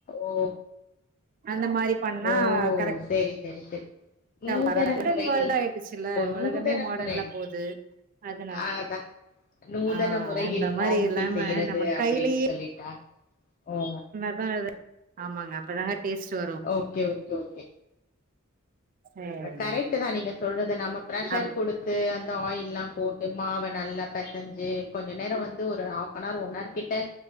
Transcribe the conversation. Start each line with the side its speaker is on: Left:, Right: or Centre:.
Left: ஓ
Right: அந்த மாரி பண்ணா
Left: ஓ
Right: கரெக்டா
Left: சேரி சேரி சேரி நூதன
Right: வராது மாடர்ன்
Left: முறையில்
Right: வேர்ல்ட் ஆயிடுச்சுல்ல
Left: ஓ நூதன
Right: உலகமே மாடர்ன்ல
Left: முறை
Right: போது அதனால
Left: ஆதான் நூதன
Right: ஆ
Left: முறையில்
Right: அந்த மாரி
Left: மாவூட்டி
Right: இல்லாம
Left: செய்றது
Right: நம்ம
Left: அப்டின்னு
Right: கையிலயே
Left: சொல்லிட்டா ஓ
Right: பது ஆமாங்க அப்பதாங்க டேஸ்ட் வரு
Left: ஓகே ஓகே ஓகே
Right: சேரிங்க
Left: கரெக்ட் தான் நீங்க சொல்றது நம்ம ப்ரஷர்
Right: அப்
Left: குடுத் து அந்த ஆயில் ல்லாம் போட்டு மாவ நல்லா பெசஞ்சு கொஞ்ச நேரோ வந்து ஒரு ஆஃபனார் ஒன்னார் கிட்ட